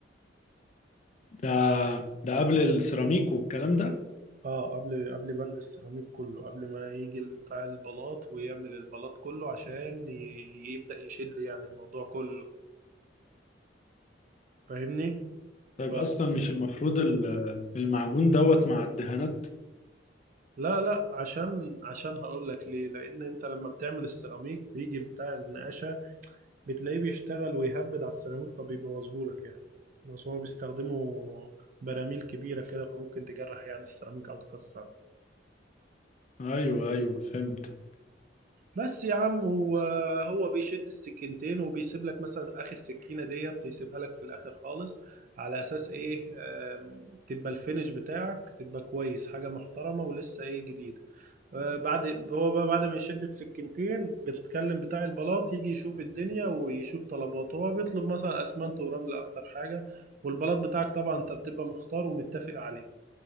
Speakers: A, on the left; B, on the right.
A: ده ده قبل السيراميك والكلام ده
B: اه قبل قبل بند السيراميك كله قبل ما يجي بتاع البلاط ويعمل البلاط كله عشان ي- يبدأ يشد يعني الموضوع كله فاهمني؟
A: طيب
B: ف...
A: اصلا مش المفروض ال- المعجون دوت مع الدهانات
B: لا لا عشان عشان هقول لك ليه لان انت لما بتعمل السيراميك بيجي بتاع النقاشه بتلاقيه بيشتغل ويهبد على السيراميك فبيبوظهولك يعني بس هما بيستخدموا براميل كبيرة كده فممكن تجرح يعني السيراميك أو تكسر
A: ايوه ايوه فهمت
B: بس يا عم هو هو بيشد السكينتين وبيسيب لك مثلا آخر سكينة ديت يسيبها لك في الآخر خالص على أساس إيه آم، تبقى الفينش بتاعك تبقى كويس حاجة محترمة ولسه إيه جديدة آه، بعد هو بقى بعد ما يشد السكينتين بتكلم بتاع البلاط يجي يشوف الدنيا ويشوف طلباته هو بيطلب مثلا اسمنت ورمل اكتر حاجة والبلاط بتاعك طبعا انت بتبقى مختار ومتفق عليه